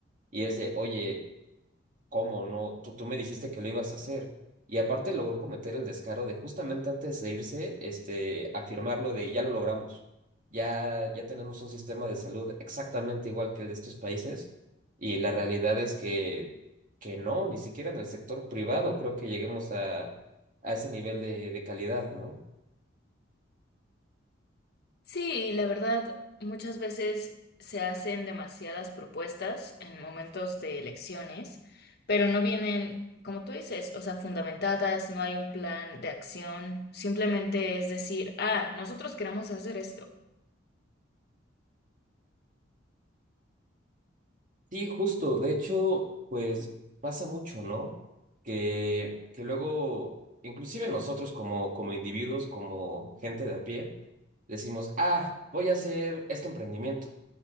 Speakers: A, on the right (about 45°); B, on the left (about 60°).
A: Y es de, oye, ¿Cómo no? Tú, tú me dijiste que lo ibas a hacer. Y aparte logró cometer el descaro de justamente antes de irse, este, afirmarlo de ya lo logramos. Ya, ya tenemos un sistema de salud exactamente igual que el de estos países. Y la realidad es que, que no, ni siquiera en el sector privado creo que lleguemos a, a ese nivel de, de calidad, ¿no?
B: Sí, la verdad, muchas veces se hacen demasiadas propuestas en momentos de elecciones, pero no vienen, como tú dices, o sea, fundamentadas, no hay un plan de acción, simplemente es decir, ah, nosotros queremos hacer esto.
A: Sí, justo. De hecho, pues pasa mucho, ¿no? Que, que luego, inclusive nosotros como, como individuos, como gente de a pie, decimos, ah, voy a hacer este emprendimiento.